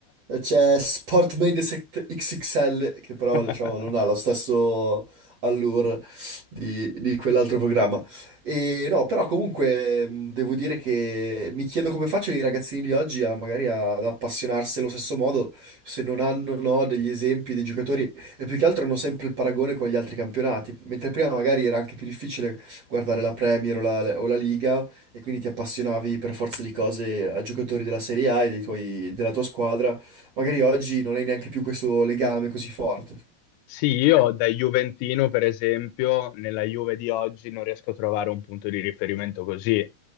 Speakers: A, on the right; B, on the left.
A: C'è Sportmade XXL, che però
B: <laughs>
A: diciamo, non ha lo stesso allure di, di quell'altro programma. E no, però comunque mh, devo dire che mi chiedo come facciano i ragazzini di oggi a magari a- ad appassionarsi allo stesso modo se non hanno no, degli esempi dei giocatori e più che altro hanno sempre il paragone con gli altri campionati, mentre prima magari era anche più difficile guardare la Premier o la o la Liga e quindi ti appassionavi per forza di cose a giocatori della Serie A e dei tuoi- della tua squadra. Magari oggi non hai neanche più questo legame così forte.
B: Sì, io da Juventino, per esempio, nella Juve di oggi non riesco a trovare un punto di riferimento così.